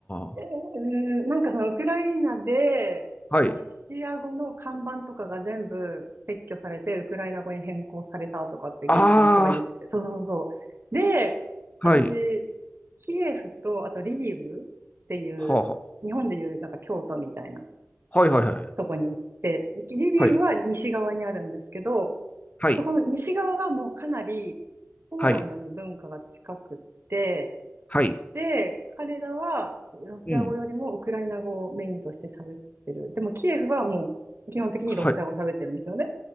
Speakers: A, on the left; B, on the right.
A: は
B: えーなんかそのウクライナで、
A: あ、はい。
B: ロシア語の看板とかが全部撤去されて、ウクライナ語に変更されたとかって現地の人が言ってて。
A: あ
B: そうそうそう。で、
A: あ、
B: 私、
A: はい。
B: キエフと、あとリビウっていう、
A: はあ、は
B: 日本でいうなんか京都みたいな
A: あ、はいはいはい。
B: とこに行って、リビウは西側にあるんですけど、
A: はい。はい。
B: そこの西側はもうかなりポーランドに文化が近くって、
A: はい。はい。
B: で、彼らはロシア語よりもウクライナ語をメインとして喋ってる。
A: うん。
B: でもキエフはもう基本的にロシア語喋ってるんですよね。
A: はい。